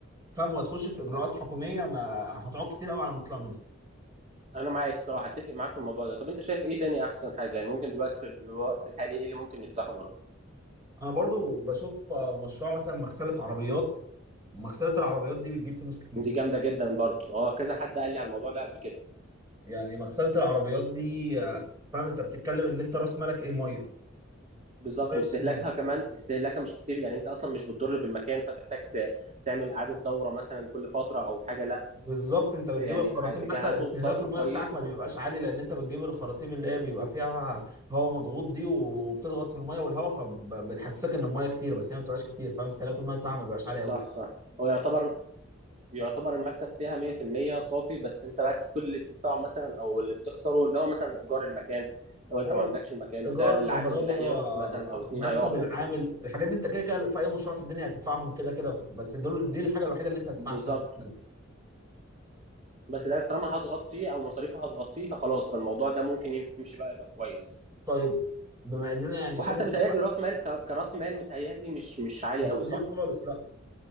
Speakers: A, on the right; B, on the right.
A: فاهم وهتخش في اجراءات حكوميه ما هتقعد كتير قوي على ما تطلع منها
B: انا معاك صراحه اتفق معاك في الموضوع ده طب انت شايف ايه تاني احسن حاجه يعني ممكن دلوقتي في الوقت الحالي ايه اللي ممكن نفتحه برضه
A: انا برضو بشوف آه، مشروع مثلا مغسله عربيات مغسله العربيات دي بتجيب فلوس كتير
B: دي جامده جدا برضه اه كذا حد قال لي على الموضوع ده قبل كده
A: يعني مغسله العربيات دي آه، فاهم انت بتتكلم ان انت راس مالك ايه ميه
B: بالظبط
A: ميه
B: واستهلاكها
A: وصابون
B: كمان استهلاكها مش كتير يعني انت اصلا مش بتضر بالمكان فتحتاج ت- تعمل اعاده دوره مثلا كل فتره او حاجه لا
A: بالظبط انت بتجيب
B: يعني
A: الخراطيم
B: تجهزه
A: حتى استهلاك
B: وصرف
A: الميه
B: كويس
A: بتاعك ما بيبقاش عالي لان انت بتجيب الخراطيم اللي هي بيبقى فيها هواء مضغوط دي وبتضغط الميه والهواء فبتحسسك ان الميه كتير بس هي ما بتبقاش كتير فاهم استهلاك الميه بتاعها ما بيبقاش عالي
B: صح
A: قوي
B: صح هو يعتبر يعتبر المكسب فيها 100% صافي بس انت بس كل اللي بتدفعه مثلا او اللي بتخسره اللي هو مثلا ايجار المكان لو انت
A: اه
B: ما عندكش المكان
A: ايجار
B: بتاع العامل
A: كهرباء
B: اللي هيقف مثلا او اتنين
A: مرتب
B: هيقفوا
A: العامل الحاجات دي انت كده كده في اي مشروع في الدنيا هتدفعهم كده كده بس دول دي الحاجه الوحيده اللي انت هتدفعها
B: بالظبط
A: في المكتب
B: بس ده طالما هتغطيه او مصاريفه هتغطيه فخلاص فالموضوع ده ممكن يمشي بقى يبقى كويس
A: طيب بما اننا يعني
B: وحتى
A: شبه اتفقنا
B: متهيألي راس مال ك- كراس مال متهيألي مش مش عالي
A: مش
B: قوي
A: كبير
B: صح؟
A: خالص لا